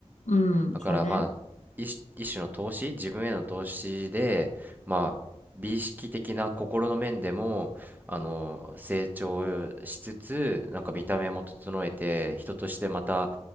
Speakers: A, on the left; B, on the right.
A: うん、
B: だからまあ一、
A: そうね。
B: 一種の投資、自分への投資で、まあ、美意識的な心の面でも、あの、成長しつつ、なんか見た目も整えて、人としてまた、